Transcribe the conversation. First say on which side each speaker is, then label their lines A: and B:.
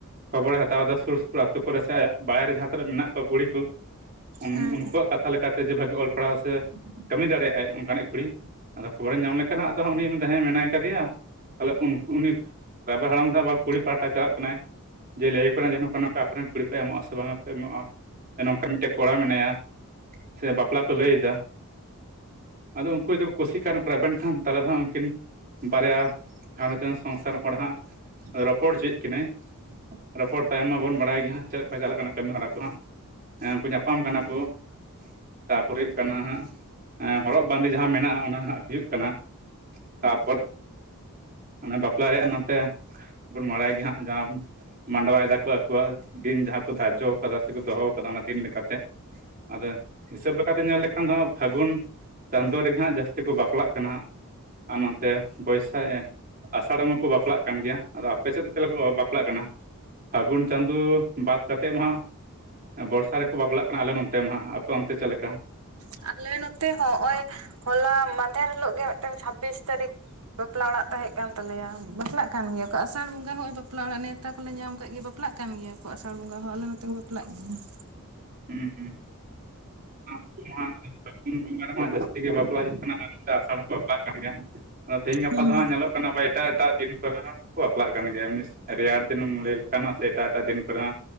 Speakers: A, on the right (about 40°); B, on the right (about 85°).
A: ᱠᱷᱚᱵᱚᱨ ᱮ ᱦᱟᱛᱟᱣ ᱮᱫᱟ ᱥᱩᱲ ᱥᱩᱯᱩᱲ ᱟᱛᱳ ᱠᱚᱨᱮ ᱥᱮ ᱟᱭᱟᱜ ᱵᱟᱲᱟᱭ ᱨᱮ ᱡᱟᱦᱟᱸ ᱛᱤᱱᱹᱟᱜ ᱢᱮᱱᱟᱜ ᱠᱚᱣᱟ ᱠᱩᱲᱤ ᱠᱚ ᱾ ᱩᱱ-ᱩᱱᱠᱩᱣᱟᱜ
B: ᱦᱩᱸ
A: ᱠᱟᱛᱷᱟ ᱞᱮᱠᱟᱛᱮ ᱡᱮ ᱵᱷᱟᱜᱤ ᱚᱞ ᱯᱟᱲᱦᱟᱣ ᱥᱮ ᱠᱟᱹᱢᱤ ᱫᱟᱲᱮᱭᱟᱜ ᱟᱭ ᱚᱱᱠᱟᱱᱤᱡ ᱠᱩᱲᱤ ᱟᱫᱚ ᱠᱷᱚᱵᱚᱨᱮ ᱧᱟᱢ ᱞᱮᱠᱷᱟᱱ ᱦᱟᱸᱜ ᱟᱫᱚ ᱩᱱᱤ ᱢᱮᱱᱫᱟ ᱦᱮᱸ ᱢᱮᱱᱟᱭ ᱠᱟᱫᱮᱭᱟ ᱾ ᱛᱟᱦᱚᱞᱮ ᱩᱱ-ᱩᱱᱤ ᱨᱟᱭᱵᱟᱲ ᱦᱟᱲᱟᱢ ᱫᱚ ᱟᱵᱟᱨ ᱠᱩᱲᱤ ᱯᱟᱦᱴᱟ ᱪᱟᱞᱟᱜ ᱠᱟᱱᱟᱭ ᱾ ᱡᱮ ᱞᱟᱹᱭᱟ ᱠᱟᱱᱟ ᱡᱮ ᱱᱚᱠᱟ ᱱᱚᱝᱠᱟ ᱟᱯᱮ ᱨᱮᱱ ᱠᱩᱲᱤ ᱯᱮ ᱮᱢᱚᱜᱼᱟ ᱥᱮ ᱵᱟᱝ ᱯᱮ ᱮᱢᱚᱜᱼᱟ ᱡᱮ ᱱᱚᱝᱠᱟᱱ ᱢᱮᱫᱴᱮᱱ ᱠᱚᱲᱟ ᱢᱮᱱᱟᱭᱟ, ᱥᱮ ᱵᱟᱯᱞᱟ ᱠᱚ ᱞᱟᱹᱭ ᱮᱫᱟ ᱾ ᱟᱫᱚ ᱩᱝᱠᱩ ᱡᱩᱫᱤ ᱠᱚ ᱠᱩᱥᱤᱜ ᱠᱷᱟᱱ ᱥᱮ ᱨᱮᱵᱮᱱ ᱠᱷᱟᱱ ᱛᱟᱦᱚᱞᱮ ᱫᱚ ᱦᱟᱸᱜ ᱩᱱᱠᱤᱱ ᱵᱟᱨᱭᱟ ᱜᱷᱟᱨᱚᱸᱡᱽ ᱨᱮᱱ ᱥᱚᱝᱥᱟᱨ ᱦᱚᱲ ᱦᱟᱸᱜ ᱨᱚᱯᱚᱲ ᱦᱚᱪᱚᱭᱮᱫ ᱠᱤᱱᱟᱹᱭ ᱾ ᱨᱚᱯᱚᱲ ᱛᱟᱭᱚᱢ ᱢᱟᱵᱚᱱ ᱵᱟᱲᱟᱭ ᱜᱮᱭᱟ ᱦᱟᱸᱜ ᱪᱮᱫ ᱞᱮᱠᱟ ᱪᱟᱞᱟᱜ ᱠᱟᱱᱟ ᱠᱟᱹᱢᱤ ᱦᱚᱨᱟ ᱠᱚ ᱦᱟᱸᱜ ᱾ ᱦᱮᱸ, ᱩᱱᱠᱩ ᱧᱟᱯᱟᱢ ᱠᱟᱱᱟ ᱠᱚ ᱾ ᱛᱟᱯᱚᱨᱮ ᱦᱩᱭᱩᱜ ᱠᱟᱱᱟ ᱦᱟᱸᱜ ᱮ ᱦᱚᱨᱚᱜ ᱵᱟᱸᱫᱮ ᱡᱟᱦᱟᱸ ᱢᱮᱱᱟᱜᱼᱟ ᱚᱱᱟ ᱦᱟᱸ ᱦᱩᱭᱩᱜ ᱠᱟᱱᱟ ᱾ ᱛᱟᱯᱚᱨ ᱚᱱᱮ ᱵᱟᱯᱞᱟ ᱨᱮᱭᱟᱜ ᱱᱚᱛᱮ ᱵᱚᱱ ᱢᱟᱲᱟᱭ ᱜᱮ ᱦᱟᱸᱜ ᱡᱟᱦᱟᱸ ᱢᱟᱰᱣᱟᱭ ᱫᱟᱠᱚ ᱟᱠᱚᱣᱟᱜ ᱫᱤᱱ ᱡᱟᱦᱟᱸ ᱠᱚ ᱫᱟᱨᱡᱚ ᱠᱟᱫᱟ ᱥᱮ ᱫᱚᱦᱚ ᱠᱚᱫᱚ ᱚᱱᱟ ᱫᱤᱱ ᱞᱮᱠᱟᱛᱮ, ᱟᱫᱚ ᱦᱤᱥᱟᱹᱵᱽ ᱞᱮᱠᱟᱛᱮ ᱧᱮᱞ ᱞᱮᱠᱷᱟᱱ ᱫᱚ ᱦᱟᱸᱜ ᱯᱷᱟᱹᱜᱩᱱ ᱪᱟᱸᱫᱚ ᱨᱮᱜᱮ ᱦᱟᱸᱜ ᱡᱟᱹᱥᱛᱤ ᱠᱚ ᱵᱟᱯᱞᱟᱜ ᱠᱟᱱᱟ ᱦᱟᱸᱜ, ᱟᱨ ᱱᱚᱸᱛᱮ ᱵᱳᱭᱥᱟ ᱮ ᱟᱥᱟᱲ ᱨᱮ ᱢᱟ ᱠᱚ ᱵᱟᱯᱞᱟᱜ ᱠᱟᱱ ᱜᱮᱭᱟ ᱾ ᱟᱫᱚ ᱟᱯᱮ ᱥᱮᱫ ᱫᱚ ᱪᱮᱫ ᱞᱮᱠᱟ ᱠᱚ ᱵᱟᱯᱞᱟᱜ ᱠᱟᱱᱟ? ᱯᱷᱟᱹᱜᱩᱱ ᱪᱟᱸᱫᱳ ᱵᱟᱫᱽ ᱠᱟᱛᱮᱫ ᱢᱟ ᱦᱟᱸᱜ ᱵᱚᱨᱥᱟ ᱨᱮᱠᱚ ᱵᱟᱯᱞᱟᱜ ᱠᱟᱱᱟ ᱟᱞᱮ ᱱᱚᱱᱛᱮ ᱢᱟ ᱦᱟᱸᱜ ᱾ ᱟᱯᱮ ᱚᱱᱛᱮ ᱪᱮᱫ ᱞᱮᱠᱟ?
B: ᱟᱞᱮ ᱱᱚᱛᱮ ᱦᱚᱸ ᱦᱚᱜᱼᱚᱭ ᱦᱚᱞᱟ ᱢᱟᱫᱷᱮᱨ ᱦᱤᱞᱳᱜ ᱜᱮ ᱢᱤᱫᱴᱟᱝ ᱪᱷᱟᱵᱵᱤᱥ ᱛᱟᱹᱨᱤᱠᱷ ᱵᱟᱯᱞᱟ ᱚᱲᱟᱜ ᱛᱟᱦᱮᱸᱜ ᱠᱟᱱ ᱛᱟᱞᱮᱭᱟ ᱾ ᱵᱟᱯᱞᱟᱜ ᱠᱟᱱ ᱜᱮᱭᱟ ᱠᱚ ᱟᱥᱟᱲ ᱵᱚᱸᱜᱟ ᱦᱚᱸᱜᱼᱚᱭ ᱵᱟᱯᱞᱟ ᱚᱲᱟᱜ ᱱᱮ ᱛᱟ ᱠᱚᱞᱮ ᱧᱟᱢ ᱠᱟᱜ ᱜᱮᱭᱟ, ᱵᱟᱯᱞᱟᱜ ᱠᱟᱱ ᱜᱮᱭᱟ ᱠᱚ ᱟᱥᱟᱲ ᱵᱚᱸᱜᱟ ᱦᱚᱸ ᱟᱞᱮ ᱱᱚᱛᱮ ᱠᱚ ᱵᱟᱯᱞᱟᱜ ᱜᱮᱭᱟ ᱾
A: ᱦᱩᱸ, ᱦᱩᱸ ᱾ ᱩᱱ ᱢᱟ ᱦᱟᱸᱜ <unintelligible> ᱵᱚᱸᱜᱟ ᱨᱮᱢᱟ ᱡᱟᱹᱥᱛᱤ ᱜᱮ ᱵᱟᱯᱞᱟ ᱦᱩᱭᱩᱜ ᱠᱟᱱᱟ ᱟᱨ ᱱᱚᱛᱮ ᱟᱥᱟᱲ ᱦᱚᱸᱠᱚ ᱵᱟᱯᱞᱟᱜ ᱠᱟᱱ ᱜᱮᱭᱟ ᱾ ᱟᱫᱚ ᱛᱮᱦᱮᱧ ᱜᱟᱯᱟ
B: ᱦᱩᱸ
A: ᱫᱚ ᱦᱟᱸᱜ ᱧᱮᱞᱚᱜ ᱠᱟᱱᱟ ᱵᱟᱭ ᱴᱟᱜ ᱮᱴᱟᱜ ᱫᱤᱱ ᱠᱚᱨᱮ ᱦᱚᱸ ᱠᱚ ᱵᱟᱯᱞᱟᱜ ᱠᱟᱱ ᱜᱮᱭᱟ, ᱮᱢᱱᱤ ᱨᱮᱭᱟᱲ ᱫᱤᱱ ᱮᱢ ᱞᱟᱹᱭ ᱞᱮᱠᱷᱟᱱ ᱥᱮ ᱮᱴᱟᱜ ᱮᱴᱟᱜ ᱫᱤᱱ ᱠᱚᱨᱮ ᱦᱚᱸ